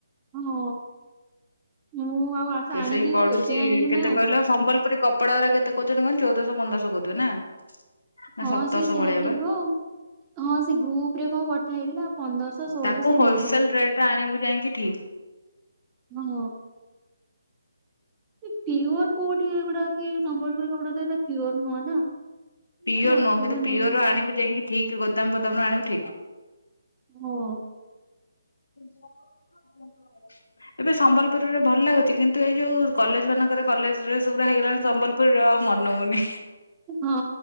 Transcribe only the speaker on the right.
ହଁ ମୁଁ ଆଉ ଆସ ଆଣିକି
ଏବେ ଆଣିଲି
ନା
ହଁ
ସେ ସେଇୟା
ଥିବ
ଆଉ। ହଁ ସେ ଗ୍ରୁପ ରେ କଣ ପଠା ହେଇଥିଲା ପନ୍ଦରଶହ ଷୋହଳଶହ
ଏମିତି
ସବୁ।
ଅ ହଁ। କି ପିଓର କୋଉଠି ଏଗୁଡା କି ସମ୍ବଲପୁରୀ କପଡା ତ ଏଟା ପିଓର ନୁହେ ନା।
ଅଧିକ
ନେଇଯାଉଛନ୍ତି
ହଁ।
ହଁ